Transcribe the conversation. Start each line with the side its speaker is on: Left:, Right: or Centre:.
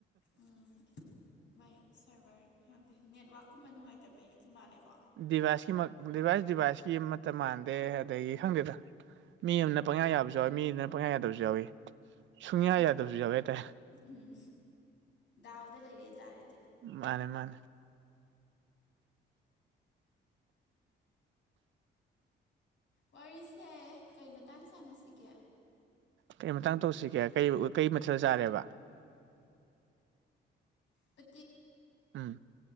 Left: ꯎꯝ ꯩ ꯁꯔꯚꯔ ꯍꯪꯗꯦ ꯅꯦꯠꯋꯛꯀꯨꯝꯕ ꯅꯨꯡꯉꯥꯏꯇꯕꯩꯛꯇ ꯃꯥꯜꯂꯦꯀꯣ
Right: ꯗꯤꯚꯥꯏꯁꯀꯤ ꯗꯤꯚꯥꯏꯁ ꯗꯤꯚꯥꯏꯁꯀꯤ ꯑꯃꯠꯇ ꯃꯥꯟꯗꯦ ꯑꯗꯒꯤ ꯈꯪꯗꯦꯗ ꯃꯤ ꯑꯃꯅ ꯄꯪꯌꯥ ꯌꯥꯕꯁꯨ ꯌꯥꯎꯋꯏ ꯃꯤꯗꯨꯅ ꯄꯪꯌꯥ ꯌꯥꯗꯕꯁꯨ ꯌꯥꯎꯏ ꯁꯨꯏꯌꯥ
Left: ꯎꯝ
Right: ꯌꯥꯗꯒꯦ ꯇ
Left: ꯎꯝ ꯗꯥꯎꯗ ꯂꯩꯔꯦ ꯍꯥꯏꯇꯥꯔꯦ
Right: ꯃꯥꯅꯦ ꯃꯥꯅꯦ
Left: ꯋꯥꯔꯤꯁꯦ ꯀꯩ ꯃꯇꯥꯡ ꯁꯥꯟꯅꯁꯤꯒꯦ
Right: ꯀꯔꯤ ꯃꯇꯥꯡ ꯇꯧꯁꯤꯒꯦ ꯀꯩ ꯃꯊꯦꯜ ꯆꯥꯔꯦꯕ
Left: ꯄ
Right: ꯎꯝ